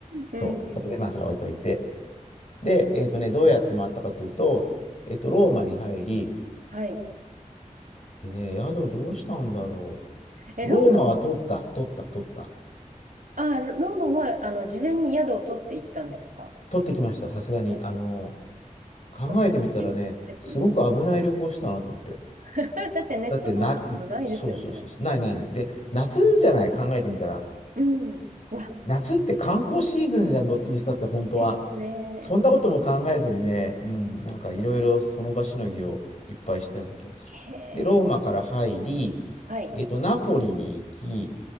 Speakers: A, on the right; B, on the left.
A: うんうんうんうん。
B: そう、それでまあ、それは置いといて。で、えっとね、どうやって回ったかというと、えっと、ローマに入り、
A: はい。
B: でね、宿どうしたんだろ
A: え、
B: う。
A: ローマ、
B: ローマは取った、取った、取った。
A: あ、ローマは、あの、事前に宿を取って行ったんですか
B: 取ってきました、さすがに。
A: うん
B: あの、考えてみたらね、
A: まあ初日ですもんね。
B: すごく危ない旅行したなと思って。
A: <laughs> だってネットとかもないですよね。
B: だってな、そうそうそうそう、ないないない。で、夏じゃない、考えてみたら。
A: うん。わ、
B: 夏って観光シーズンじゃん、どっちにしたって、本当は。
A: ですね。
B: そんなことも考えずにね、うん、なんかいろいろその場しのぎをいっぱいしたような気がする。
A: へえ。
B: で、ローマから入り、
A: はい。
B: えっと、ナポリに行き、